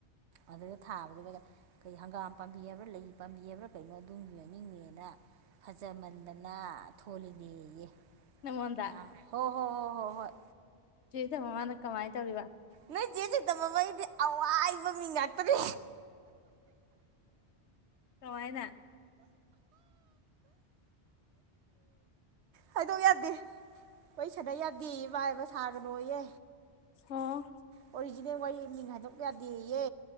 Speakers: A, on the right; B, on the left.
A: ꯑꯗꯨꯗ ꯊꯥꯕꯗꯨꯗꯒ ꯀꯩ ꯍꯪꯒꯥꯝ ꯄꯥꯝꯕꯤ ꯍꯥꯏꯕ꯭ꯔꯥ ꯂꯩ ꯄꯥꯝꯕꯤ ꯍꯥꯏꯕ꯭ꯔꯥ ꯀꯩꯅꯣ ꯑꯗꯨꯝꯒꯤ ꯃꯅꯤꯡꯅꯦꯅ ꯐꯖꯃꯟꯗꯅ ꯊꯣꯜꯂꯤꯅꯦꯌꯦ
B: ꯅꯪꯉꯣꯟꯗ
A: ꯃ ꯍꯣ ꯍꯣ ꯍꯣ ꯍꯣ ꯍꯣꯏ
B: ꯗ ꯃꯃꯥꯅ ꯀꯃꯥꯏ ꯇꯧꯔꯤꯕ
A: ꯅꯣꯏ ꯆꯦ ꯆꯤꯇꯕ ꯕꯩꯗꯤ ꯑꯋꯥꯏꯕ ꯃꯤꯡ ꯉꯥꯛꯇꯅꯦ
B: ꯀꯃꯥꯏꯅ
A: ꯍꯥꯏꯗꯣꯛ ꯌꯥꯗꯦ ꯋꯔꯤ ꯁꯅꯥ ꯌꯥꯗꯦꯌꯦ ꯃꯥ ꯍꯥꯏꯕ ꯁꯥꯒꯅꯣꯌꯦ
B: ꯑꯣ
A: ꯑꯣꯏ ꯒꯤꯅꯦ ꯋꯥꯔꯤ ꯃꯤꯡ ꯍꯥꯏꯗꯣꯛꯄ ꯌꯥꯗꯦꯌꯦ